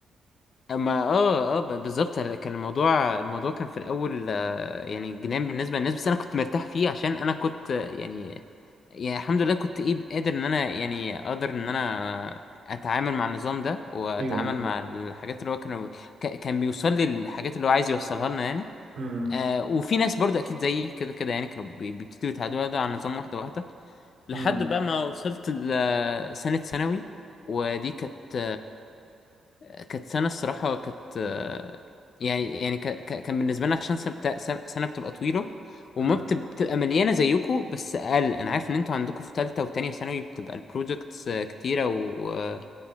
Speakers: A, on the left; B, on the right.
A: اما اه اه ب- بالظبط كان الموضوع الموضوع كان في الاول آه، يعني جنان بالنسبه للناس بس انا كنت مرتاح فيه عشان انا كنت آه، يعني يعني الحمد لله كنت ايه قادر ان انا يعني اقدر ان انا اتعامل مع النظام ده واتعامل
B: ايوه ايوه
A: مع الحاجات اللي هو كان ك- كان بيوصل لي الحاجات اللي هو عايز يوصلها لنا يعني
B: امم
A: آه وفي ناس برضه اكيد زيي كده كده يعني كانوا بي- بيبتدوا يتعودوا ده على النظام واحده واحده لحد
B: امم
A: بقى ما وصلت لسنه ثانوي ودي كانت كانت سنة الصراحة كانت آه، يعني يعني ك... ك... كان بالنسبة لنا عشان سنة بت... سنة بتبقى طويلة وما
B: أمم.
A: بت... بتبقى مليانة زيكو بس أقل أنا عارف إن أنتوا عندكم في تالتة وتانية ثانوي بتبقى البروجكتس آه، كتيرة و... آه،